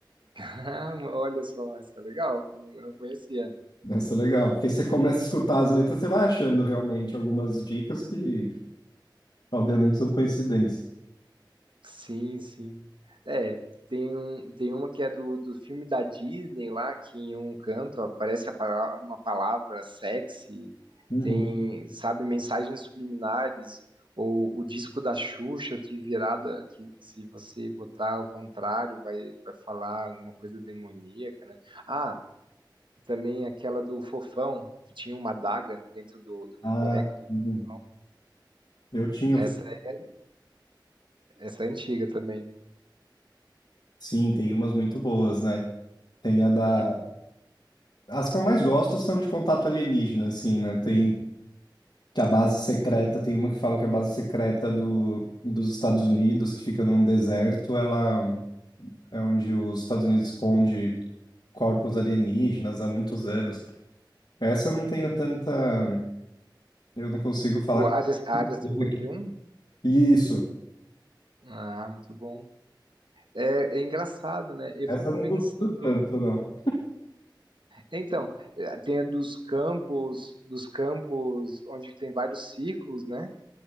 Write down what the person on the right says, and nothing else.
Ah, olha só, isso é legal. Não- Eu não conhecia.
Sim, sim. É, tem um, tem uma que é do, do filme da Disney lá, que em um canto aparece a pala- uma palavra sexy,
tem, sabe, mensagens subliminares, ou o disco da Xuxa que virada, que se você botar ao contrário vai, vai falar alguma coisa demoníaca, né? Ah, Também aquela do Fofão, que tinha uma adaga dentro do, do
boneco do
Fofão.
Essa, é- essa é antiga também.
<laughs>
O
Área, a Área cinquenta
e um
Ah, muito bom. É, é engraçado, né? Eu
fico
pensando.
Então, eh, tem a dos campos, dos campos onde tem vários círculos, né?